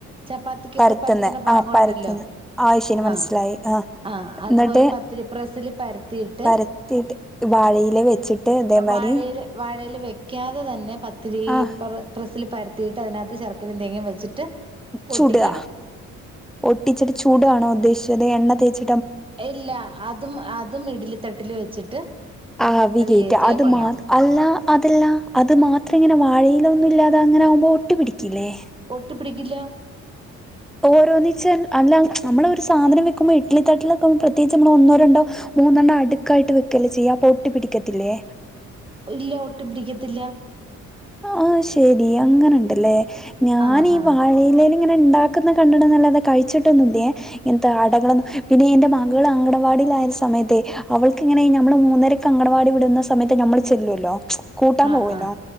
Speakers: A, on the right; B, in the centre.
A: ചപ്പാത്തിക്കൊക്കെ
B: പരത്തുന്നെ
A: പരത്ത്ണ പാകോണ്ടല്ലോ
B: ആഹ് പരത്തുന്നെ ശരി മനസ്സിലായി
A: ആഹ് ആഹ് അതുപോലെ
B: എന്നിട്ട്
A: പത്തിരിപ്രസില് പരത്തിയിട്ട്
B: പരത്തിയിട്ട് വാഴയില വെച്ചിട്ട് ഇതേമാരി
A: വാഴയില വാഴയില വെക് യ്ക്കാതെ തന്നെ പത്തിരി
B: ആഹ്
A: പെറ് ത്തില് പരത്തീട്ട് അതിനാത്ത് ശർക്കരേം തേങ്ങേം വച്ചിട്ട് ഒട്ടിക്കണം
B: ചുടുക ഒട്ടിച്ചിട്ട് ചൂട്കാണോ ഉദ്ദേശിച്ചത് എണ്ണ തേച്ച്
A: ഇല്ല അതും അതും ഇഡലി തട്ടിൽ വെച്ചിട്ട്
B: ആവി കേറ്റ്ക
A: കയറ്റിയാൽ
B: അത്
A: കൊള്ളാം
B: മാത് അല്ല ആഹ് അതല്ല അത് മാത്ര എങ്ങനെ വാഴയില ഒന്നും ഇല്ലാതെ അങ്ങനെ ആകുമ്പോ ഒട്ടി പിടിക്കില്ലേ
A: ഒട്ടിപിടിക്കില്ല
B: ഓരോന്നിച്ച് അല്ല നമ്മളൊരു സാധനം വെക്കുമ്പോ ഇഡ്ലി തട്ടിലൊക്കാകുമ്പ പ്രത്യേകിച്ച് നമ്മള് ഒന്നോ രണ്ടോ മൂനണ്ണോ അടുക്കായിട്ട് വെക്കല്ലേ ചെയ്യാ അപ്പൊട്ടി പിടിക്കത്തില്ലേ
A: ഇല്ല ഒട്ടിപിടിക്കത്തില്ല
B: ആഹ് ശെരി അങ്ങനെണ്ടല്ലേ ഞാൻ
A: ആ
B: ഈ
A: ആ
B: വാഴയിലെല് ഇങ്ങനെ ഇണ്ടാക്കുന്ന കണ്ടിട്ടെന്നല്ലാതെ കഴിച്ചിട്ടൊന്നുല്യേ ഇങ്ങനത്തെ അടകളൊന്നും പിന്നെ എന്റെ മകൾ അങ്കണവാടിലായ ഒര് സമയത്തെ അവൾക്ക് ഇങ്ങനെ നമ്മള് മൂന്നരക്ക് അങ്കണവാടി വിടുന്ന സമയത്ത് ഞമ്മള് ചെല്ലുവല്ലോ കൂട്ടാൻ
A: ആ
B: പോകുവല്ലോ
A: ആ